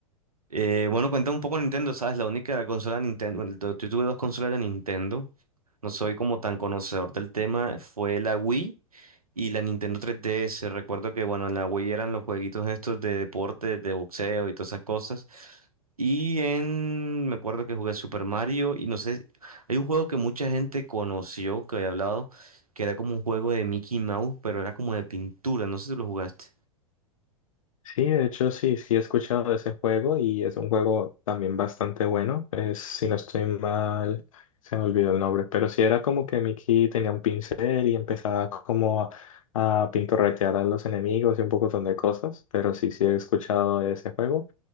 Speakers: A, on the right (about 85°); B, on the left (about 70°).
A: Eh, bueno, cuéntame un poco Nintendo, ¿sabes? La única consola de Nintendo, bueno, yo yo tuve dos consolas de Nintendo, no soy como tan conocedor del tema, fue la Wii y la Nintendo 3DS. Recuerdo que, bueno, en la Wii eran los jueguitos estos de deporte, de boxeo y todas esas cosas. Y en, me acuerdo que jugué Super Mario y no sé, hay un juego que mucha gente conoció, que había hablado, que era como un juego de Mickey Mouse, pero era como de pintura, no sé si lo jugaste.
B: Sí, de hecho sí, sí he escuchado de ese juego y es un juego también bastante bueno. Es, si no estoy mal, se me olvidó el nombre, pero sí era como que Mickey tenía un pincel y empezaba como a, a pintorretear a los enemigos y un montón de cosas, pero sí, sí he escuchado de ese juego.